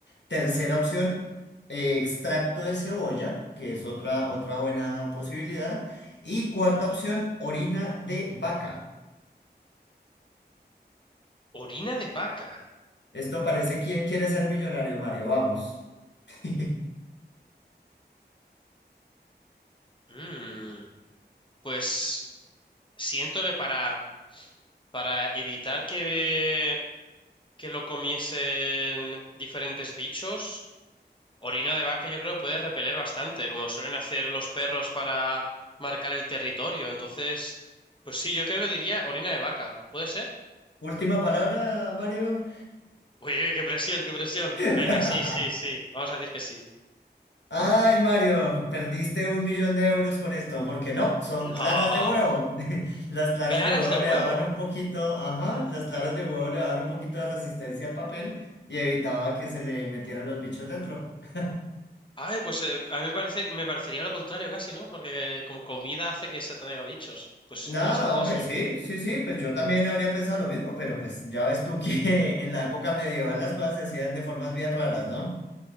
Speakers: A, on the left; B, on the left.
A: Tercera opción, eh, extracto de cebolla, que es otra, otra buena posibilidad. Y cuarta opción, orina de vaca.
B: Orina de vaca.
A: Esto parece quién quiere ser millonario, Mario. Vamos. <laughs>
B: Mm, pues siento que para, para evitar que, que lo comiesen diferentes bichos, orina de vaca yo creo puede repeler bastante, como suelen hacer los perros para marcar el territorio. Entonces, pues sí, yo creo que diría orina de vaca. ¿Puede ser?
A: Última palabra, Mario.
B: Uy, uy, qué presión, qué presión.
A: <laughs>
B: Venga, sí, sí, sí. Vamos a decir que sí.
A: Ay, Mario, perdiste un millón de euros con esto, porque no, son
B: No.
A: claras de huevo. <laughs> Las claras
B: Claras
A: de huevo
B: de
A: le
B: huevo.
A: daban un poquito, ajá, las claras de huevo le daban un poquito de resistencia al papel y evitaba que se le metieran los bichos dentro. <laughs>
B: Ay, pues eh, a mí me parece, me parecería lo contrario casi, ¿no? Porque eh, como comida hace que se atraiga bichos. Pues es
A: Nada,
B: interesante
A: hombre,
B: eso, ¿eh?
A: sí, sí, sí, pues yo también habría pensado lo mismo, pero pues ya ves tú que <laughs> en la época medieval las cosas se hacían de formas bien raras, ¿no?